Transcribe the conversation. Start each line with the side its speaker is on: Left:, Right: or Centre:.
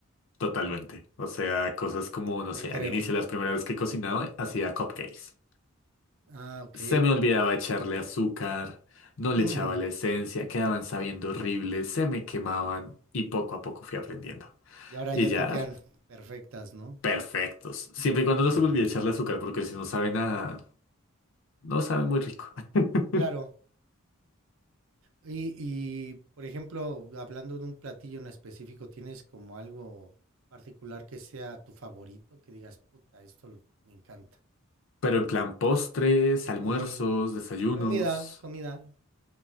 Left: Totalmente. O sea, cosas como, no
Right: te
Left: sé,
Right: creo.
Left: al inicio, las primeras veces que cocinaba, hacía cupcakes.
Right: Ah, ok.
Left: Se me olvidaba echarle azúcar, no
Right: Ujú.
Left: le echaba la esencia, quedaban sabiendo horrible, se me quemaban y poco a poco fui aprendiendo.
Right: Y ahora
Left: Y
Right: ya
Left: ya,
Right: te quedan perfectas, ¿no?
Left: perfectos. Siempre
Right: Ah,
Left: y cuando no
Right: qué
Left: se
Right: buena
Left: me olvide
Right: onda.
Left: echarle azúcar, porque si no sabe nada, no sabe muy rico. <laughs>
Right: Claro. Y, y, por ejemplo, hablando de un platillo en específico, ¿tienes como algo particular que sea tu favorito? Que digas, puta, esto l- me encanta.
Left: Pero en plan postres, almuerzos,
Right: Eh,
Left: desayunos.
Right: comida, comida.